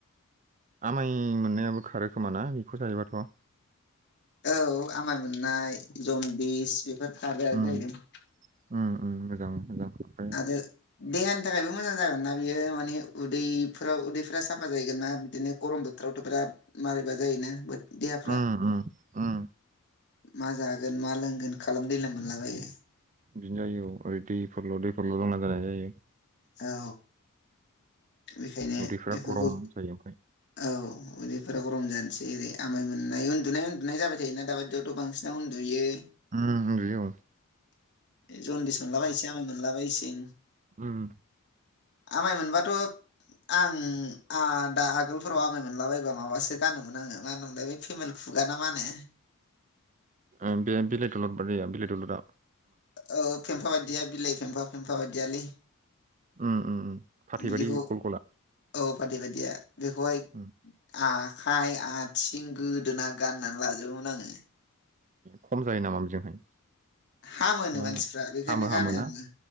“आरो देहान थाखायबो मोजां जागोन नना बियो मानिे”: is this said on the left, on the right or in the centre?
Left